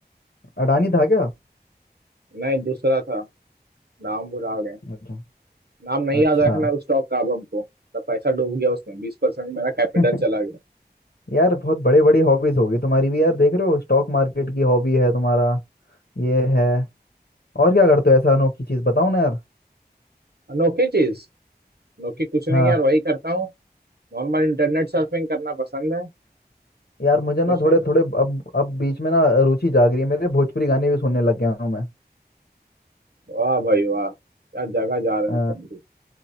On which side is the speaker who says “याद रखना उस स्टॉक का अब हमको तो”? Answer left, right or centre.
Right